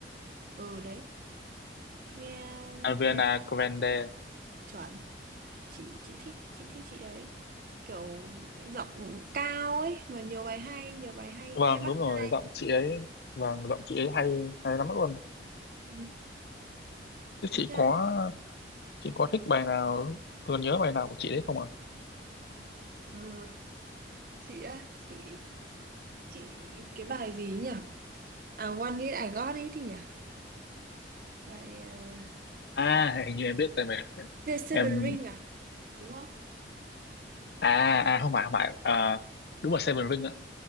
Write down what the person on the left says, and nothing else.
Ariana
Grande
vâng
đúng rồi
giọng chị ấy vâng giọng chị ấy hay hay lắm luôn
chứ
chị
có chị có thích
bài nào còn nhớ bài nào của chị đấy không ạ
à hình như em biết rồi mà
em
à à không phải không phải à, đúng là Seven Ring ạ